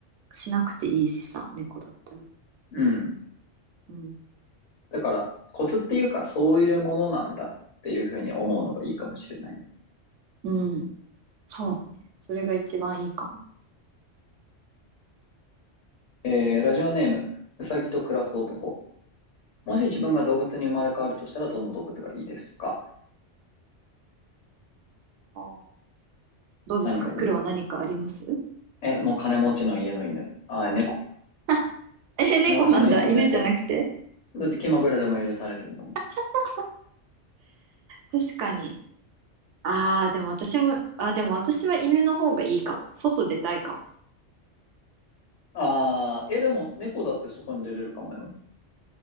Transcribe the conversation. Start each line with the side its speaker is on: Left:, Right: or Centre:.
Right: しなくていいしさ、猫だったら。
Left: うん。
Right: うん。
Left: だから、コツっていうか、そういうものなんだっていうふうに思うのがいいかもしれないね。
Right: うん。そうだね。それが一番いいかも。
Left: えー、ラジオネーム、うさぎと暮らす男。もし自分が動物に生まれ変わるとしたら、
Right: うん
Left: どの動物がいいですか
Right: おーどうですか黒は何かあります
Left: 何がいいえ、もう金持ちの家の犬。あ、猫。
Right: <laughs> え、猫なんだ。
Left: 金持ちの家の猫。
Right: 犬じゃなくて。
Left: だって気まぐれでも許されるんだもん。
Right: <laughs> 確かに。ああ、でも私も、あー、でも私は犬の方がいいかも。外出たいかも。
Left: ああ、え、でも、猫だって外に出れるかもよ。